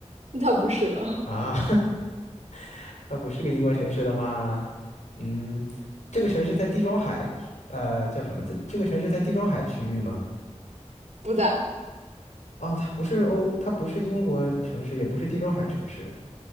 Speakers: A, on the right; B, on the left.
A: 它不是的，
B: 啊，<laughs> 它不是个英国城市的话，嗯，这个城市在地中海，呃，叫什么？这这个城市在地中海区域吗？
A: 不在，
B: 哦，它不是欧，它不是英国城市，也不是地中海城市。